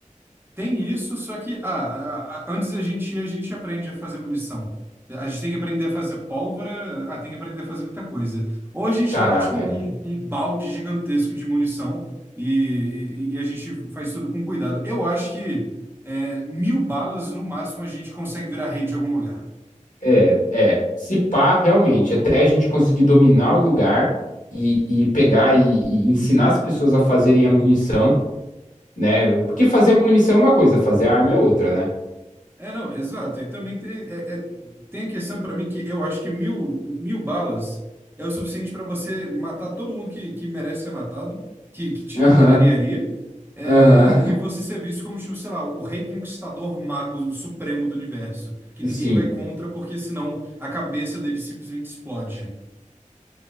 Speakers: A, on the right; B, on the left.
A: Tem isso, só que ah, a- a- antes da gente ir, a gente aprende a fazer munição. A gente tem que aprender a fazer pólvora, ah, tem que aprender a fazer muita coisa. Ou a gente
B: Caraca.
A: leva, tipo,
B: é.
A: um, um balde gigantesco de munição e, e- e a gente faz tudo com cuidado. Eu acho que é, mil balas, no máximo, a gente consegue virar rei de algum lugar.
B: É, é. Se pá, realmente, até a gente conseguir dominar o lugar e, e pegar e, e ensinar as pessoas a fazerem a munição, né? Porque fazer munição é uma coisa, fazer arma é outra, né?
A: É, não, exato. E também tem, é- é- tem a questão para mim que eu acho que mil, mil balas é o suficiente para você matar todo mundo que, que merece ser matado, que, que te
B: Aham,
A: contrariaria, é,
B: aham.
A: e você ser visto como, tipo, sei lá, o rei conquistador mago supremo do universo, que
B: <laughs>
A: ninguém
B: Sim,
A: vai contra porque senão a cabeça dele simplesmente explode.